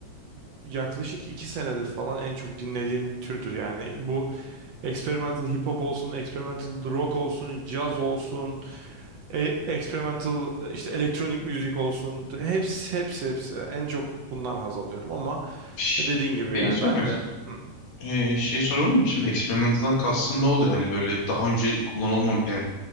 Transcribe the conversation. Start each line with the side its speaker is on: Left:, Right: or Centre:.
Right: yaklaşık iki senedir falan en çok dinlediğim türdür yani. Bu experimental hip hop olsun, experimental rock olsun, caz olsun, e- experimental işte elektronik müzik olsun. Hepsi hepsi hepsi. En çok bundan haz alıyorum ama
Left: Ş-
Right: dediğin gibi
Left: Şeyi
Right: yani
Left: sormak
Right: ben de
Left: istiyorum.
Right: Hı.
Left: Ee, şey sorabilir miyim? Şimdi experimental'dan kastın ne oluyor? Hani böyle daha önce kullanılmam